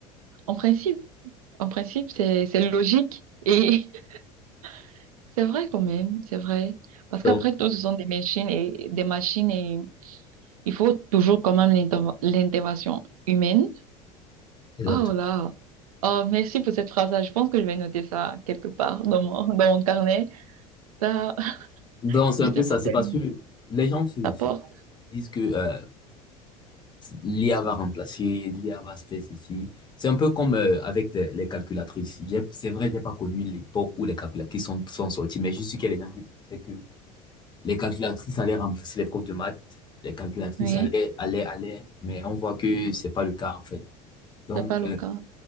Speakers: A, on the right; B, on the left.
A: en principe, en principe, c'est, c'est logique. Et <laughs> c'est vrai quand même, c'est vrai. Parce
B: Donc,
A: qu'après tout, ce sont des machines et des machines et il faut toujours quand même l'inter- l'intervention humaine.
B: exactement.
A: Oh là. Oh, merci pour cette phrase-là. Je pense que je vais noter ça quelque part dans mon, dans mon carnet. Ça, <laughs>
B: Donc, c'est
A: je
B: un
A: sais
B: peu ça.
A: pas,
B: C'est
A: c'est-
B: parce que les gens se,
A: ça
B: se
A: porte.
B: disent que euh, l'IA va remplacer, l'IA va se faire ceci. C'est un peu comme euh, avec les, les calculatrices. J'ai- C'est vrai, j'ai pas connu l'époque où les calculatrices sont, sont sorties, mais je suis qu'il y a des gens qui pensaient que les calculatrices allaient remplacer les profs de maths, les calculatrices
A: Oui,
B: allaient, allaient, allaient, mais on voit que c'est pas le cas, en fait. Donc,
A: c'est pas le
B: euh,
A: cas.